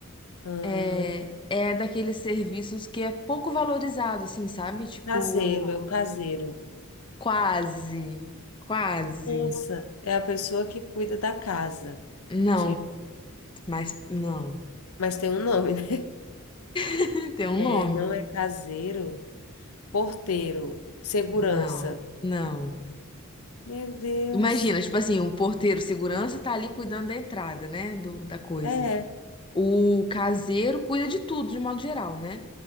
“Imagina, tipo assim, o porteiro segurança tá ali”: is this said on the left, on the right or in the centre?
Left